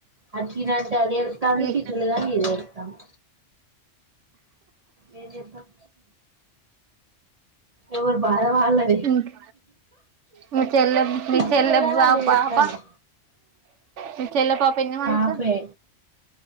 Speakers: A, on the right; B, on the right.
A: అది తిను అంటే అది ఎడ్తాంది
B: ఈ
A: తింటలేదని ఇది ఏడుస్తంది ఏం చేస్తాం ఎవరి బాధ వాళ్లది
B: ఇంక్ మీ చెల్లె మీ
A: తింటలేదని
B: చెల్లె బా
A: అది ఏడుస్తాంది
B: పాప మీ చెల్లే పాప ఎన్ని మంత్స్?
A: పాపే